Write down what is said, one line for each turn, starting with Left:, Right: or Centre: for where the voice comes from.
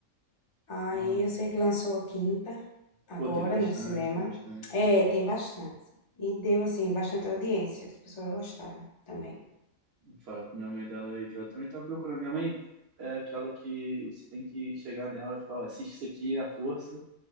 Left: Aí
Right: Ah,
Left: eu sei que lançou a quinta, agora
Right: pô, tem bastante,
Left: no cinema.
Right: tem bastante.
Left: É, tem bastante. E deu, assim, bastante audiência. As pessoas gostaram também.
Right: Vou falar com minha mãe dela aí, que ela também tá procurando. Minha mãe é aquela que você tem que chegar nela e falar, ó, assiste isso aqui à força,